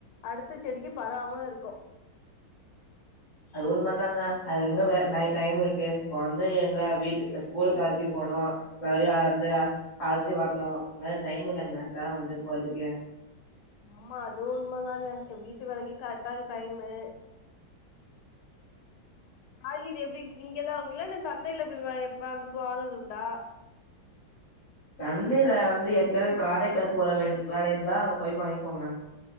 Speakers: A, on the left; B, on the left.
A: அடுத்த செடிக்கு பரவாம இருக்கு
B: அது உண்மத தாங்க அது எங்க வே நை டைம் இருக்கு இப்போ வந்து எங்க வீட்டு ஸ்கூலுக்கழச்சிட்டு போணு மர்டியு வந்து அழச்சு வரணு டைம் இல்லைங்க காக வந்து போறதுக்கு
A: ஆமா அதுவு உண்ம தாங்க வீட்டு வேலைக்கு கரெக்டாருக்கு டைமு காய்கறி எப்டி இங்கதா வாங்குவீளா இல்ல சந்தைல போய் அந்தப்ப வாங்கறது உண்டா
B: சந்தைல வந்து எப்பயாவது காரைக்கால் போற வேண் வேலஇருந்தா அங்க போய் வாங்கிக்வோங்க